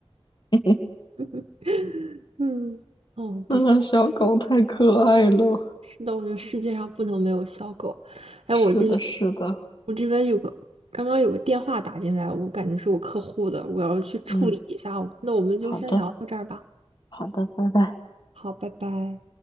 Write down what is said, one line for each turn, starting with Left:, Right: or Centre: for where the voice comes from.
Left: <laughs>
Right: <laughs> 嗯，哦，不行。
Left: 那小狗太可爱了。
Right: 是我觉得世界上不能没有小狗。哎，
Left: 是的，
Right: 我这边
Left: 是的，
Right: 我这边有个刚刚有个电话打进来，我感觉是我客户的，我要去处理一下哦。
Left: 嗯，
Right: 那我们就先聊到这儿吧。
Left: 好的，好的，拜拜。
Right: 好，拜拜。